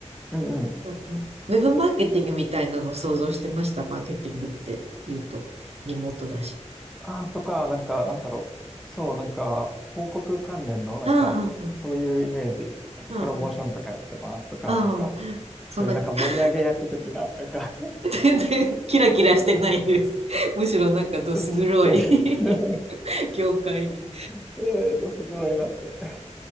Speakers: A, in the centre; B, on the right.
A: うんうん。
B: うんうん。ウェブマーケティングみたいなのを想像してました、マーケティングって言うと、リモートだし。
A: あー、とか、なんか、なんだろう。そう、なんか、広告関連の、なんか、
B: ああ、うんうん。
A: そういうイメージですなんか、
B: ああ、
A: プロモーションとかやってますとか、
B: うん。ああ、
A: なんか、
B: そんな、
A: そういうなんか盛り上げ役的な、
B: <laughs>
A: なんか
B: 全然キラキラしてないです。むしろなんかどす黒い
A: <laughs> そうい
B: <laughs>
A: う、
B: 業界に。
A: <laughs> えーと、すごいなって。